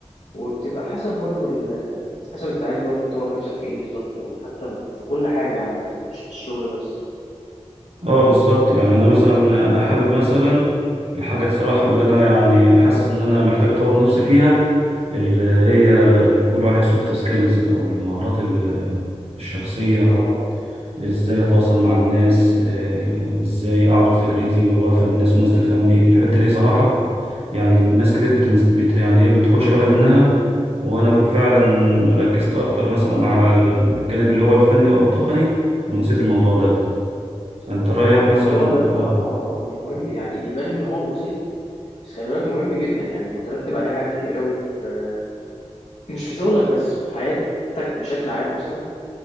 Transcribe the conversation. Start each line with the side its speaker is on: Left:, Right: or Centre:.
Left: وبتبقى حسب برضو ال... حسب انت عايز برضو تطور نفسك في ايه بالظبط يعني حتى في كل حاجة عامة مش في الشغل بس
Right: اه بالظبط يعني انا مثلا انا حابب مثلا الحاجات صراحه اللي انا يعني حاسس ان انا محتاج اطور نفسي فيها اللي
Left: مم.
Right: هي اللي بيقولوا عليها السوفت سكيلز او المهارات ال- الشخصيه
Left: اه اه
Right: ازاي اتواصل مع الناس آه، ازاي اعرض فكرتي وافهم الناس والناس تفهمني الحته دي صراحه يعني الناس كتير بتنس... بت... يعني ايه بتاخدش بالها منها وانا
Left: مم.
Right: فعلا ركزت اكتر مثلا على الجانب اللي هو الفني او التقني ونسيت الموضوع
Left: مم.
Right: ده فأنت رأيك
Left: هو الموضوع
Right: مثلا
Left: ده بصراحة
Right: اه
Left: مهم يعني يبان ان هو بسيط بس خلي بالك مهم جدا يعني مترتب عليه حاجات كتير قوي في مش في شغلك بس في حياتك بشكل عام اصلا